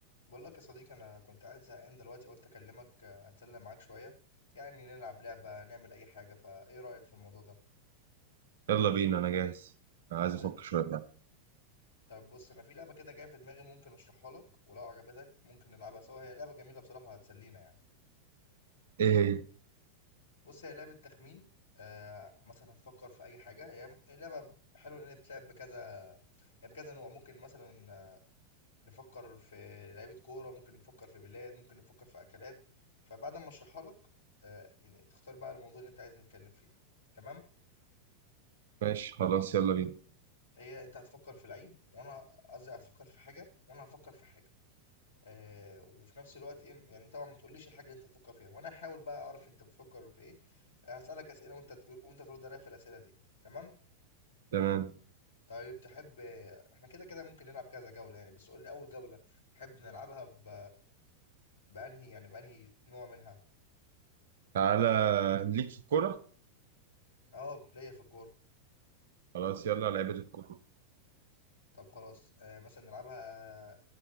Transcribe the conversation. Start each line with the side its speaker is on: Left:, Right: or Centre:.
Left: بقول لك يا صديقي انا كنت قاعد زهقان دلوقتي قلت اكلمك آه، اتسلى معاك شويه يعني نلعب لعبه نعمل اي حاجه فايه رايك في الموضوع ده
Right: يلا بينا انا جاهز عايز
Left: طيب
Right: افك شويه بقى
Left: طيب بص انا في لعبه كده جايه في دماغي ممكن اشرحها لك ولو عجبتك ممكن نلعبها سوا هي لعبه جميله بصراحه وهتسلينا يعني
Right: ايه هي
Left: بص هي لعبه تخمين آه مثلا هتفكر في اي حاجه هي هي لعبه حلوه لان هي بتلعب بكذا يعني بكذا نوع ممكن مثلا نفكر في لعيبة كورة ممكن نفكر في بلاد ممكن نفكر في أكلات فبعد ما أشرحها لك آه، يعني تختار بقى الموضوع اللي أنت عايز نتكلم فيه تمام
Right: ماشي خلاص يلا بينا
Left: هي أنت هتفكر في لعيب وأنا قصدي هتفكر في حاجة وأنا هفكر في حاجة آه وفي نفس الوقت إيه يعني طبعا ما تقوليش الحاجة اللي أنت هتفكر فيها وأنا هحاول بقى أعرف أنت بتفكر في إيه آه، هسألك أسئلة وأنت تج- وأنت ترد عليا في الأسئلة دي تمام
Right: تمام
Left: طيب تحب آه، إحنا كده كده ممكن نلعب كذا جولة يعني بس قول لي أول جولة تحب نلعبها ب... بأنهي يعني بأنهي نوع منها
Right: تعالى ليك في الكوره
Left: اه ليا في الكورة
Right: خلاص يلا لعيبه الكوره
Left: طب خلاص آه مثلا نلعبها